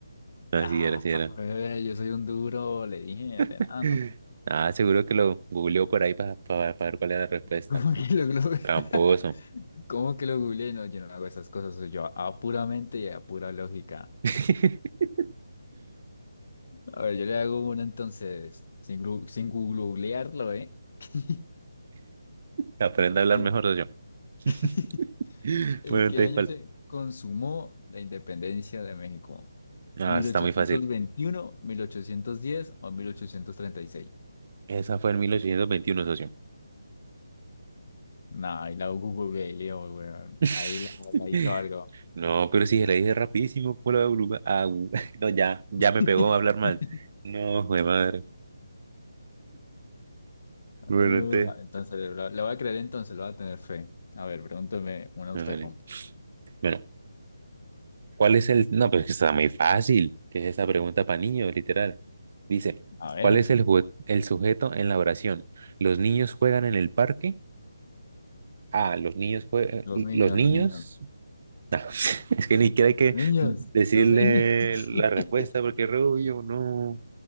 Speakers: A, on the right; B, on the left.
A: No,
B: Ah,
A: si era, si era.
B: bebé, yo soy un duro, le dije, de
A: <laughs>
B: nada, ¿no?
A: Ah, seguro que lo googleó por ahí para ver cuál era la respuesta.
B: <laughs> ¿Cómo que lo googleé?
A: Tramposo.
B: <laughs> ¿Cómo que lo googleé? No, yo no hago esas cosas, soy yo a puramente y a pura lógica.
A: <laughs>
B: A ver, yo le hago una entonces, sin, glu- sin googlearlo, ¿eh? <laughs>
A: Aprende a hablar
B: Y-
A: mejor, socio.
B: <laughs>
A: <laughs>
B: ¿En
A: Bueno,
B: qué
A: entonces,
B: año
A: ¿cuál?
B: se consumó la independencia de México?
A: Ah,
B: ¿Mil
A: esa
B: mil
A: está
B: ochocientos
A: muy fácil.
B: veintiuno, mil ochocientos diez o 1836?
A: Esa fue en mil ochocientos veintiuno socio.
B: Nah, ahí la Google Galileo, weón.
A: <laughs>
B: Ahí la, la hizo algo.
A: No, pero si se la dije rapidísimo, por la oruga. Ah, u- <laughs> no, ya, ya
B: <laughs>
A: me pegó a hablar mal. No, de madre. Bueno,
B: Eh,
A: entonces,
B: entonces, le, le voy a creer entonces, le voy a tener fe. A ver, pregúntame una
A: no,
B: usted,
A: vale.
B: compa.
A: Bueno, ¿cuál es el...? No, pero es que está muy fácil, que es esa pregunta para niños, literal. Dice,
B: A ver,
A: ¿cuál es el, jue- el sujeto en la oración? ¿Los niños juegan en el parque? Ah, los niños juegan...
B: los niños,
A: ¿Los niños?
B: los niños,
A: No, <laughs> es que ni siquiera hay que
B: los niños,
A: decirle
B: los niños. <laughs>
A: la respuesta porque Rubio, no.